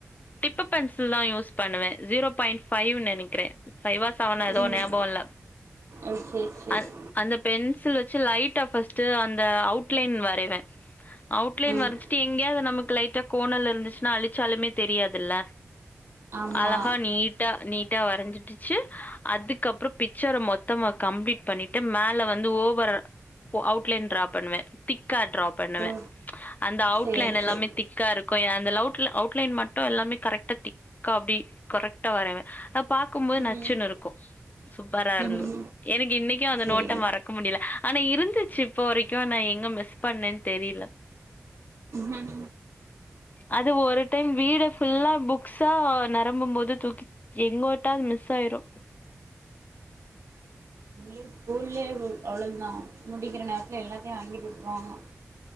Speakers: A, on the left; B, on the right.
A: டிப்பு பென்சில் தா யூஸ் பண்ணுவே ஜீரோ பாயி்ன்ட் பபைவ்னு நெனைக்கிறே பஃவா செவனா ஏதோ
B: ம்
A: ஞாபகோ இல்ல
B: ஓ சேரி சேரி
A: அ அந்த பென்சில் வெச்சு லைட்டா ஃபர்ஸ்ட் அந்த அவுட்லைன் வரைவே அவுட்லைன்
B: ம்
A: வரைச்சிட்டு எங்கேயா அது நமக்கு லைட்டா கோனல் இருந்துச்சுன்னா அழிச்சாலுமே தெரியாதுல்ல
B: ஆமா
A: அழகா நீட்டா நீட்டா வரைஞ்சிட்டுச்சு அதுக்கப்றோ பிக்சர மொத்தமா கம்ப்ளீட் பண்ணிட்டு மேல வந்து ஓவரா அவுட்லைன் ட்ரா பண்வே திக்கா ட்ரா பண்வே
B: ஓ
A: அந்த அவுட்
B: சேரி
A: லைன் எல்லாமே
B: சேரி
A: திக்காருக்கு அந்த அவுட் அவுட்லைன் மட்டு எல்லாமே கரெக்டா திக் கா அப்டி கரெக்ட்டா வரைவே அ பாக்கும்போது
B: ம்
A: நச்சுன்னுருக்கு சூப்பரா இருந்து
B: ம்
A: எனக்கு இன்னைக்கு அந்த
B: சேரி
A: நோட்டம் வர முடில ஆனா இருந்துச்சு இப்போ வரைக்கு நா எங்க மிஸ் பண்ணேன்னு தெரில
B: உஹம்
A: அது ஒரு டைம் வீடு ஃபுல்லா புக்ஸாக நெரம்பும்போது தூக்கி எங்கோட்டா அது மிஸ் ஆயிரு
B: எங்களுக்கு ஸ்கூல்லே அவ்ளோதா முடிக்கிற நேரத்தில எல்லாத்தையு வாங்கிட் வி்ட்ருவாங்க